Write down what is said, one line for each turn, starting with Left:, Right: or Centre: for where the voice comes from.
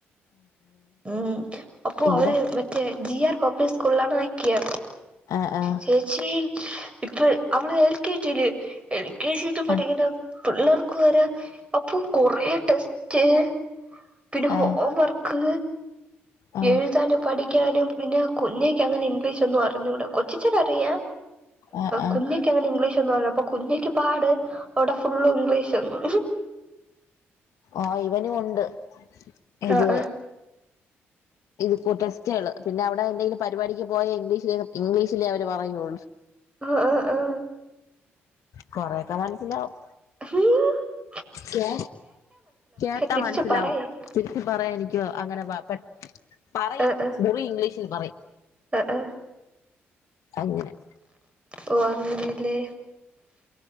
Right: ഉം അപ്പൊ
Left: ഇവിടെ
Right: അവര് മറ്റേ ജി ആർ പബ്ലി സ്കൂളിലാണാ ക്കിയർ
Left: ആ ആ
Right: ചേച്ചീ ഇപ്പ അവള് എൽ കെജില്, എൽ കെ സി ക് പഠിക്ക്ന
Left: ആ
Right: ങ്ങള് വ്ക്ക് വരാ അപ്പൊ കൊറേ ടെസ്റ്റ് പിന്നെ ഹോം
Left: ആ
Right: വർക്ക്
Left: ആ
Right: എഴുതാനും പാടി ക്യാനും പിന്നെ കുഞ്ഞേക്ക ങ്ങനെ ഇഗ്ലീഷൊന്നും അറിഞ്ഞൂടാ, കൊച്ചച്ഛനറിയാ.
Left: ആ ആ
Right: കുഞ്ഞക്കങ്ങനെ ഇംഗ്ലീഷൊന്നും പറഞ്ഞു അപ്പൊ കുഞ്ഞക്ക് പാട് അടെ ഫുള്ള് ഇംഗ്ലീഷെന്ന്
Left: ആ ഇവനുണ്ട് ഇത്.
Right: ആഹ് ആഹ്
Left: ഇത് കൂ ടെസ്റ്റേള് പിന്നെവടെ ന്തേലും പരിപാടിക്ക് പോയ ഇംഗ്ലീഷില് ഇംഗ്ലീഷിലേ അവര് പറയു.
Right: ആ ആ ആ
Left: കൊറേക്കെ മനസിലാവും.
Right: ഹും
Left: കേ കേട്ടാ
Right: തിരിച്ച്
Left: മനസ്സിലാവും
Right: പറയാൻ
Left: തിരിച്ച് പറയാൻ എനിക്ക് വ അങ്ങനെ പ പെ പറിം
Right: ആഹ് ആഹ്
Left: മുറി ഇംഗ്ലീഷിൽ പറിം.
Right: ആഹ് ആഹ്
Left: അങ്ങനെ
Right: ഓ അങ്ങനേ ല്ലേ